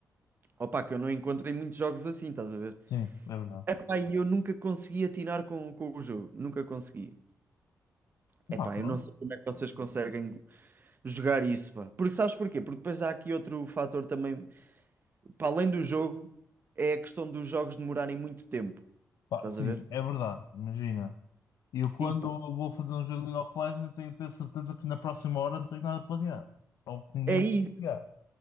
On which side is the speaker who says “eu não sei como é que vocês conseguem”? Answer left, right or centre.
Right